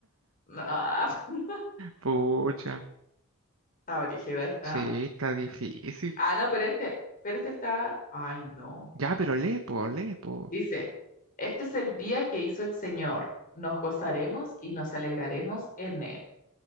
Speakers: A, on the left; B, on the right.
A: No.
B: Pucha.
A: Está brígida esta.
B: Sí, está difícil.
A: Ah, no, pero este, pero este está. Ay, no.
B: Ya, pero lee, po, lee, po.
A: Dice, este es el día que hizo el Señor. Nos gozaremos y nos alegraremos en él.